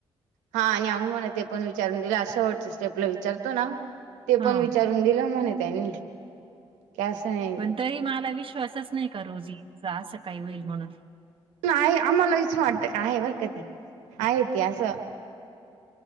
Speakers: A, on the right (about 85°); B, on the right (about 45°).
A: हा आणि अनु म्हला ते पण विचारून दिलं, असं शेवटच्या वेळेस विचारतो ना? ते
B: हा
A: पण विचारून दिलं म्हणे त्यांनी, केस हे.
B: पण तरि‌ माला विश्वासच नई का रोजीचा असं काय होईल म्हणून.
A: आहे आम्हाला विचून वाटतं का आहे बर का ती आहे ती असं.